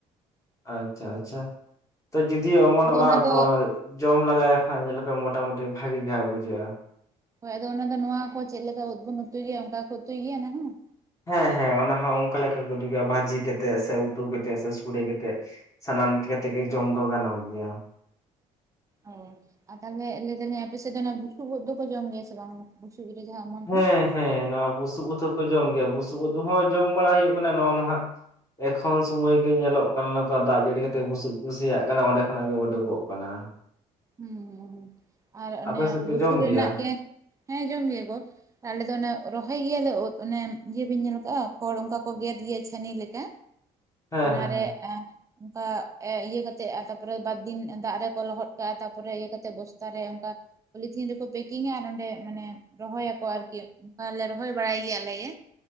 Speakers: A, on the left (about 20°); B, on the right (about 20°).
A: ᱟᱪᱪᱷᱟ ᱟᱪᱪᱷᱟ ᱛᱚ ᱡᱩᱫᱤᱭᱚ ᱚᱢᱚᱱᱚᱜᱼᱟ
B: ᱟᱫᱚ ᱚᱱᱟ ᱫᱚ
A: ᱛᱚ ᱡᱚᱢ ᱞᱮᱟᱜᱟᱭᱟ ᱟᱠᱷᱟᱭ ᱧᱮᱞᱟᱯᱮ ᱢᱚᱴᱟᱢᱩᱴᱤ ᱵᱷᱟᱜᱤ ᱜᱮ ᱦᱟᱸᱜ ᱵᱩᱡᱷᱟᱹᱜᱼᱟ᱾
B: ᱦᱳᱭ ᱟᱫᱚ ᱚᱱᱟ ᱫᱚ ᱱᱚᱣᱟ ᱠᱚ ᱪᱮᱜ ᱞᱮᱠᱟ ᱩᱫ ᱵᱚᱱ ᱩᱛᱩᱭ ᱜᱮᱭᱟ ᱚᱱᱠᱟ ᱠᱚ ᱩᱛᱩᱭ ᱜᱮᱭᱟ ᱚᱱᱟᱦᱚᱸ?
A: ᱦᱮᱸ ᱦᱮᱸ ᱚᱱᱟ ᱦᱚᱸ ᱚᱱᱠᱟ ᱞᱮᱠᱟ ᱠᱚ ᱩᱛᱩᱭ ᱜᱮᱭᱟ ᱵᱷᱟᱹᱡᱤ ᱠᱟᱛᱮᱜ ᱥᱮ ᱩᱛᱩ ᱠᱟᱛᱮᱜ ᱥᱮ ᱥᱚᱲᱮ ᱠᱟᱛᱮᱜ᱾ ᱥᱟᱱᱟᱢ ᱞᱮᱠᱟ ᱛᱮᱜᱮ ᱡᱚᱢ ᱫᱚ ᱜᱟᱱᱚᱜ ᱜᱮᱭᱟ᱾
B: ᱚ ᱟᱨ ᱛᱟᱦᱚᱞᱮ ᱞᱟᱹᱭ ᱫᱟᱹᱞᱤᱧ ᱟᱯᱮᱥᱮᱜ ᱫᱚ ᱚᱱᱟ ᱵᱩᱥᱩᱵ ᱩᱫ ᱫᱚᱠᱚ ᱡᱚᱢ ᱜᱮᱭᱟ ᱥᱮ ᱵᱟᱝ? ᱵᱩᱥᱩᱵ ᱨᱮ ᱡᱟᱦᱟᱸ ᱚᱢᱚᱱᱚᱜ-ᱟ᱾
A: ᱦᱮᱸ ᱦᱮᱸ ᱱᱚᱣᱟ ᱵᱩᱥᱩᱵ ᱩᱫ ᱦᱚᱸᱠᱚ ᱡᱚᱢ ᱜᱮᱭᱟ ᱵᱩᱥᱩᱵ ᱩᱫ ᱦᱚᱸ ᱡᱚᱢ ᱵᱟᱲᱟ ᱦᱩᱭᱩᱜ ᱠᱟᱱᱟ ᱱᱚᱣᱟ ᱢᱟ ᱦᱟᱸᱜ᱾ ᱮᱠᱷᱚᱱ ᱥᱚᱢᱚᱭ ᱜᱮ ᱧᱮᱞᱚᱜ ᱠᱟᱱᱟ ᱱᱚᱝᱠᱟ ᱫᱟᱜᱽ ᱡᱟᱹᱲᱤ ᱠᱟᱛᱮᱜ ᱵᱩᱥᱩᱵ ᱠᱩ ᱥᱤᱭᱟᱜ ᱠᱟᱱᱟ ᱚᱸᱰᱮ ᱠᱷᱚᱱᱟᱜ ᱜᱮ ᱩᱰᱩᱠᱚᱜ ᱠᱟᱱᱟ᱾
B: ᱦᱩᱸ ᱦᱩᱸ ᱦᱩᱸ ᱟᱨ ᱚᱱᱮ
A: ᱟᱯᱮ ᱥᱮᱫ ᱯᱮ
B: ᱵᱩᱥᱩᱵ
A: ᱡᱚᱢ
B: ᱨᱮᱱᱟᱜ
A: ᱜᱮᱭᱟ
B: ᱜᱮ ᱦᱮᱸ ᱡᱚᱢ ᱜᱮᱭᱟ ᱠᱚ᱾ ᱟᱞᱮ ᱫᱚ ᱚᱱᱮ ᱨᱚᱦᱚᱭ ᱜᱮᱭᱟᱞᱮ ᱳᱫ, ᱚᱱᱮ ᱤᱭᱟᱹ ᱵᱤᱱ ᱧᱮᱞ ᱠᱟᱜᱼᱟ ᱠᱷᱚᱲ ᱚᱱᱠᱟ ᱠᱚ ᱜᱮᱫ ᱜᱮᱭᱟ ᱪᱷᱟᱹᱱᱤ ᱞᱮᱠᱟ? <inaudible>
A: ᱦᱮᱸ
B: ᱚᱱᱟᱨᱮ
A: ᱦᱮᱸ ᱦᱮᱸ
B: ᱮᱸ ᱚᱝᱠᱟ ᱮ ᱤᱭᱟᱹ ᱠᱟᱛᱮᱜ ᱛᱟᱯᱚᱨᱮ ᱵᱟᱨ ᱫᱤᱱ ᱫᱟᱜᱽ ᱨᱮᱠᱚ ᱞᱚᱦᱚᱫ ᱠᱟᱜᱼᱟ ᱛᱟᱯᱚᱨᱮ ᱤᱭᱟᱹ ᱠᱟᱛᱮ ᱵᱚᱥᱛᱟᱨᱮ ᱚᱝᱠᱟ ᱯᱚᱞᱤᱛᱷᱤᱱ ᱨᱮᱠᱚ ᱯᱮᱠᱤᱝᱟ ᱟᱨ ᱱᱚᱸᱰᱮ ᱢᱟᱱᱮ ᱨᱚᱦᱚᱭᱟᱠᱚ ᱟᱨᱠᱤ ᱚᱝᱠᱟᱞᱮ ᱨᱚᱦᱚᱭ ᱵᱟᱲᱟᱭ ᱜᱮᱭᱟ ᱟᱞᱮᱜᱮ᱾